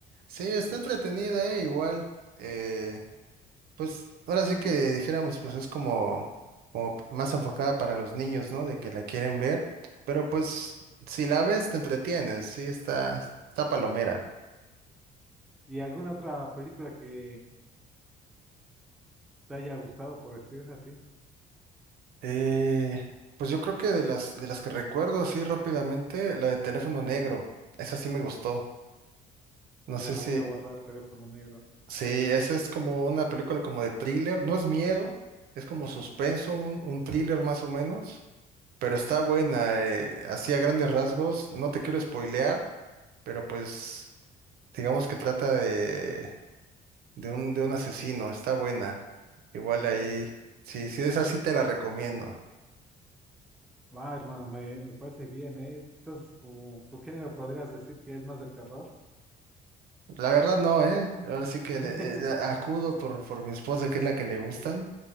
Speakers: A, on the right (about 65°); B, in the centre.
A: Sí, está entretenida, eh, igual. eh, Pues ahora sí que dijéramos, pues es como, como p- más enfocada para los niños, ¿no? De que la quieren ver, pero pues si la ves te entretienes, sí, está, está palomera.
B: ¿Y alguna otra película que, te haya gustado, por decirlo así.
A: Eh, pues yo creo que de las, de las que recuerdo así rápidamente, la de Teléfono Negro, esa sí me gustó.
B: Ah,
A: No
B: mira,
A: sé
B: la
A: si,
B: voy a guardar, teléfono negro.
A: sí, esa es como una película como de thriller, no es miedo, es como suspenso, un, un thriller más o menos. Pero está buena, eh, así a grandes rasgos, no te quiero spoilear, pero pues digamos que trata de, de un, de un asesino, está buena. Igual
B: Ok,
A: ahí, sí, sí esa sí te la recomiendo.
B: va, hermano, me, me parece bien, ¿eh? Entonces, tu, tu género podrías decir que es más de terror.
A: La verdad no, ¿eh? Ahora sí que
B: <laughs>
A: eh, eh, acudo por, por mi esposa, que es la que le gustan,